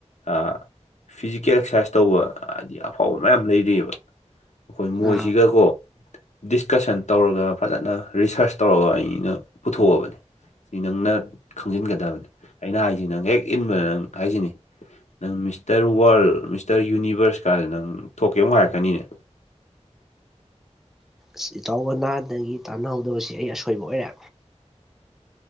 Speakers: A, on the left; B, in the centre.
A: ꯑ ꯐꯤꯖꯤꯀꯦꯜ ꯑꯦꯛꯁꯔꯁꯥꯏꯁ ꯇꯧꯕ ꯍꯥꯏꯗꯤ ꯑꯐꯥꯎꯕ ꯃꯌꯥꯝ ꯂꯩꯔꯤꯑꯕ ꯑꯩꯈꯣꯏ ꯃꯣꯏꯁꯤꯒꯀꯣ
B: ꯑꯥ
A: ꯗꯤꯁꯀꯁꯟ ꯇꯧꯔꯒ ꯐꯖꯅ ꯔꯤꯁꯔꯁ ꯇꯧꯔꯒ ꯑꯩꯅ ꯄꯨꯊꯣꯛꯑꯕꯅꯤ ꯁꯤ ꯅꯪꯅ ꯈꯪꯖꯤꯟꯒꯗꯕꯅꯤ ꯑꯩꯅ ꯍꯥꯏꯁꯤ ꯅꯪ ꯍꯦꯛ ꯏꯟꯕꯗ ꯅꯪ ꯍꯥꯏꯁꯤꯅꯤ ꯅꯪ ꯃꯤꯁꯇꯔ ꯋꯥꯔꯜ ꯃꯤꯁꯇꯔ ꯌꯨꯅꯤꯕꯔꯁꯀꯥꯟ ꯅꯪ ꯊꯣꯛꯀꯦ ꯑꯃꯨꯛ ꯍꯥꯏꯔꯛꯀꯅꯤꯅꯦ
B: ꯑꯁ ꯏꯇꯥꯎꯒꯅꯥꯗꯒꯤ ꯇꯥꯟꯅꯍꯧꯗꯕꯕꯁꯤ ꯑꯩ ꯑꯁꯣꯏꯕ ꯑꯣꯏꯔꯦ